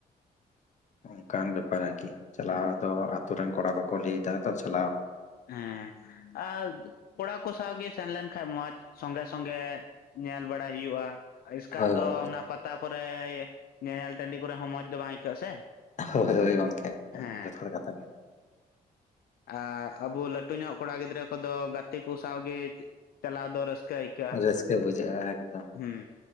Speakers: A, on the left; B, on the left.
A: ᱚᱱᱠᱟᱱ ᱵᱮᱯᱟᱨ ᱟᱨᱠᱤ ᱪᱟᱞᱟᱣ
B: ᱦᱩᱸ
A: ᱫᱚ ᱟᱛᱩ ᱨᱮᱱ ᱠᱚᱲᱟ ᱠᱚᱠᱚ ᱞᱟᱹᱭᱮᱫᱟ ᱫᱚ ᱪᱟᱞᱟᱣ
B: ᱦᱮᱸ ᱟᱨ ᱠᱚᱲᱟ ᱠᱚ ᱥᱟᱶᱜᱮ ᱥᱮᱱ ᱞᱮᱱ ᱠᱷᱟᱱ ᱜᱮ ᱢᱚᱸᱡᱽ ᱥᱚᱸᱜᱮ ᱥᱚᱝᱜᱮ ᱧᱮᱞ ᱵᱟᱲᱟᱭ ᱦᱩᱭᱩᱜᱼᱟ ᱮᱥᱠᱟᱨ
A: ᱦᱳᱭ
B: ᱫᱚ
A: ᱜᱚᱝᱠᱮ
B: ᱚᱱᱟ ᱯᱟᱛᱟ ᱠᱚᱨᱮ, ᱧᱮᱧᱮᱞ ᱴᱟᱺᱰᱤ ᱠᱚᱨᱮ ᱦᱚᱸ ᱢᱚᱸᱡᱽ ᱫᱚ ᱵᱟᱝ ᱟᱹᱭᱠᱟᱹᱜᱼᱟ, ᱥᱮ
A: ᱦᱳᱭ ᱦᱳᱭ ᱜᱚᱢᱠᱮ ᱟ.
B: ᱦᱮᱸ
A: ᱰᱤ ᱡᱚᱛᱷᱟᱛ ᱠᱟᱛᱷᱟ ᱠᱟᱱᱟ᱾
B: ᱟᱨ ᱟᱵᱚ ᱞᱟᱹᱴᱩ ᱧᱚᱜ ᱠᱚᱲᱟ ᱜᱤᱫᱽᱨᱟᱹ ᱠᱚᱫᱚ ᱜᱟᱛᱮ ᱠᱚ ᱥᱟᱶᱜᱮ ᱪᱟᱞᱟᱣ ᱫᱚ ᱨᱟᱹᱥᱠᱟᱹ ᱟᱹᱭᱠᱟᱹᱜᱼᱟ,
A: ᱨᱟᱹᱥᱠᱟᱹ ᱵᱩᱡᱷᱟᱹᱜᱼᱟ ᱮᱠᱫᱚᱢ
B: ᱦᱩᱸ